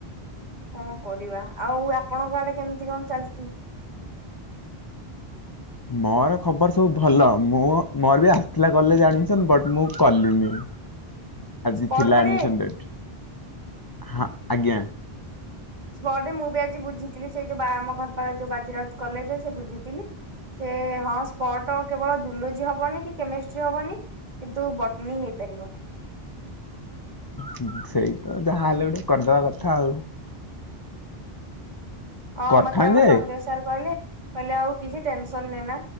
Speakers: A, on the right (about 45°); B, on the left (about 25°).
A: କଣ କରିବା ଆଉ ଆପଣଙ୍କ ଆଡେ କେମିତି କଣ ଚାଲିଛି?
B: ମୋର ଖବର ସବୁ ଭଲ ମୁଁ ମୋର ବି ଆସିଥିଲା ଗଲେ ଜାଣିଛନ ବଟ ମୁଁ କଲିିନି। ଆଜି
A: ସ୍ପଟ
B: ଥିଲା
A: କରିବେ?
B: ଆଡ଼ମିସନ ଡେଟ ହଁ ଆଜ୍ଞା।
A: ସ୍ପଟରେ ମୁଁ ବି ଆଜି ବୁଝିଥିଲି ସେଇ ଯୋଉ ଆମ ଘର ପାଖ ଯୋଉ ବାଜିରାଉଜ କଲେଜ ସେ ବୁଝିଥିଲି ସେ- ହଁ ସ୍ପଟ କେବଳ ଜୁଲୋଜି ହବନି କି କେମେଷ୍ଟ୍ରି ହବନି କିନ୍ତୁ ବଟନୀ ହେଇପାରିବ।
B: ହଁ ସେଇ ତ ଯାହା ହେଲେ ଗୋଟେ କରିଦବା କଥା ଆଉ
A: ହଁ
B: କରିଥାନ୍ତେ
A: ମତେ ଆମ ସଞଜୟ
B: ଯେ
A: ସାର୍ କହିଲେ କହିଲେ ଆଉ କିଛି ଟେନସନ ନେ ନା